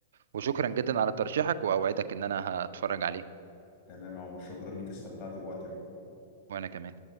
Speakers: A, on the right; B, on the left.
A: وشكرا جدا على ترشيحك وأوعدك إن أنا هتفرج عليه
B: تمام يا عمر شكرا ليك استمتعت بوقتي معاك
A: وأنا كمان